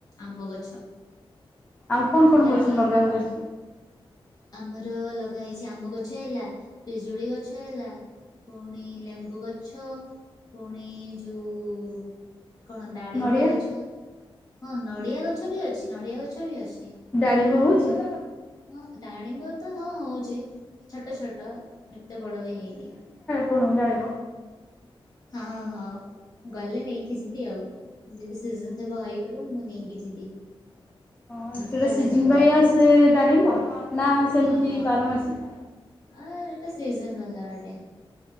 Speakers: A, on the left; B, on the left.
A: ଆମ୍ବ ଗଛ।
B: ଆଉ କଣ କଣ
A: ହେବ
B: ଗଛ ଲଗା ହୁଏ?
A: ଆମର ଲଗା ହେଇଚି ଆମ ଗଛ ହେଲା ପିଜୁଳି ଗଛ ହେଲା। ପୁଣି ଲେମ୍ବୁ ଗଛ, ପୁଣି ଯୋଉ କଣ ଡାଡିମ୍ବ
B: ନଡ଼ିଆ
A: ଗଛ ହଁ ନଡ଼ିଆ ଗଛ ବି ଅଛି ନଡ଼ିଆ ଗଛ ବି ଅଛି।
B: ଡାଳିମ୍ବ ହୋଉଚି?
A: ହଁ ଡାଳିମ୍ବ ତ ହଁ ହୋଉଚି ଛୋଟ ଛୋଟ ଏତେ ବଡ ବି ହେଇନି।
B: କଣ ଡାଲି
A: ହଁ ହଁ ଗଲେ ନେଇକି ଯିବି ଆଉ ଯବେ ସିଜନ ଥିବ ହେଇଥିବ ମୁଁ ନେଇକି ଯିବି।
B: ହଁ
A: ମିଠା
B: ସେଟା ସିଜିନି
A: ଲାଗେ ପୁରା
B: ବାଇ ଆସେ ଡାଳିମ୍ୱ ନା ସେମିତି
A: ହଁ। ହଁ।
B: ବାରମାସୀ
A: ଆ ଏଟା ସିଜନ ବାଲା ଗଟେ